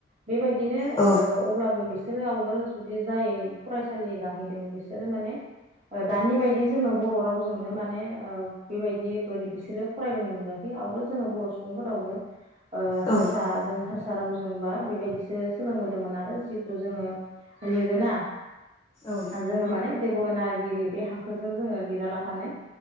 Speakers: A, on the right; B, on the left.
A: बेबायदिनो
B: औ
A: ओ अब्लाबो बि सोरो आवगोल जुदि जायो फरायसालि गाहैदों बिसोरो माने ओ दानि बायदि जोङो बर' रावजोंनो माने ओ बेबायदि बोरै बिसोरो फरायबोनो मोनबोयाखै आवगोल जोङो बर' सुबुंफोरावबो ओ हारसाजों
B: औ
A: हारसा सा रावजोंबा बेबायदिसो सोलोंबोदोंमोन आरो जिथु जोङो लिरोना
B: औ
A: जोङो माने देब'नागिरि बे हांखोजों जोङो लिरा लाफानो